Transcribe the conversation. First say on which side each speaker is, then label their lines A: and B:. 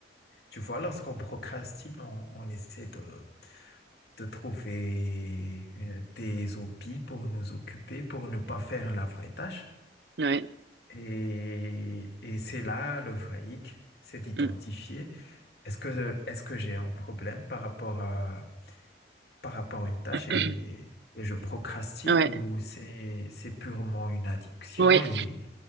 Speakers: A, on the left; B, on the right.
A: tu vois, lorsqu'on procrastine, on, on essaie de, de trouver une- des hobbies pour nous occuper, pour ne pas faire la vraie tâche.
B: Ouais.
A: Et, et c'est là le vrai hic, c'est d'identifier
B: <clears throat>
A: est-ce que, est-ce que j'ai un problème par rapport à, par rapport à une tâche et,
B: Mm.
A: et je procrastine
B: Ouais.
A: ou c'est, c'est purement une addiction
B: Oui.
A: et,